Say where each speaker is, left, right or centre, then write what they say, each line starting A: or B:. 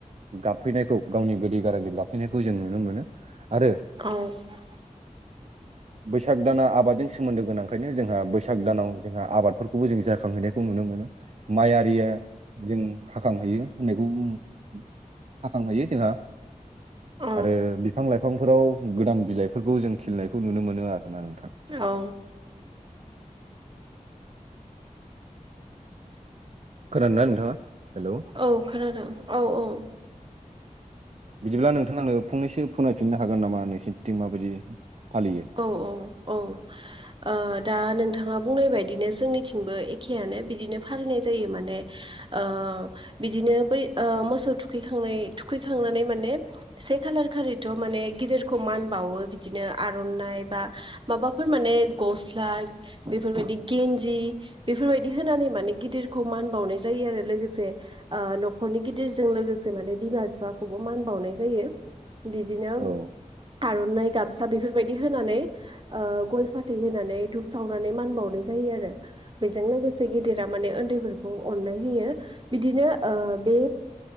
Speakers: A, on the right; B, on the right.
A: गाबफैनायखौ गावनि गोदै गारांजों गाब -फैनायखौ जों नुनो मोनो आरो
B: औ
A: बैसाग -दाना आबादजों सोमोन्दो गोनांखायनो जोंहा बैसाग दानाव जोंहा आबादफोरखौबो जों जाखांहैनायखौ नुनो मोनो। माइ आरिया जों हाखांहैयो होननायखौ हाखांहैयो जोंहा।
B: औ
A: आरो बिफां- लाइफांफोराव गोदान बिलाइफोरखौ जों खिलिनायखौ नुनो मोनो आरो। <unintelligible>
B: औ।
A: खोनादोंना नोंथाङा? हेलौ
B: औ खोनादों औ औ।
A: बिदिब्ला नोंथांनो फंनैसो फोरमाय -फिननो हागोन नामा नोंसिनिथिं माबायदि फालियो?
B: औ औ औ। ओ दा नोंथाङा बुंनाय बायदिनो जोंनिथिंबो एखेयानो बिदिनो फालिनाय जायो माने। ओ बिदिनो बै मोसौ थुखैखांनाय थुखैखांनानै माने से खालार खारिथ' माने गिदिरखौ मान बावो बिदिनो आरो आर'नाय बा माबाफोर माने गस्ला बेफोरबादि गेनजि जि बेफोरबायदि होनानै माने गिदिरखौ मान बावनाय जायो आरो लोगोसे न'खरनि गिदिरजों लोगोसे माने बिमा -बिफाखौबो मान बावनाय जायो। बिदिनो
A: औ
B: आर'नाइ गामसा बेबायदि होनानै ओ गय फाथै होनानै धुप सावनानै मान बावनाय जायो आरो। बेजों लोगोसे गिदिरा माने उन्दैफोरखौ अननाय होयो। बिदिनो बे